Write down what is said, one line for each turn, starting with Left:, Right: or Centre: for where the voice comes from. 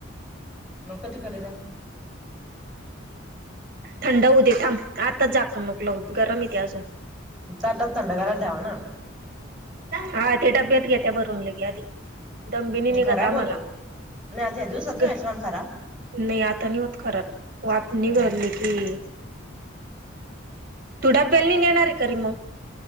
Centre: मग कधी खरदा
Right: थंड होऊ दे थांब आताच जाकण नकलं होत गरम येते अजून
Centre: चटात थंड करायला ठेवा ना
Right: हा ते डब्यात घेत त्या्या भरून लगे आधी दमबीनी निघत
Centre: खराब
Right: आम्हाला
Centre: होतो न आ त दिवसत
Right: ग
Centre: नाही वचमाण खराब
Right: नाही आता नाही होत खराब आपनी
Centre: हम्म.
Right: गरली की तथडा ब्यालनी नेणारे करी मग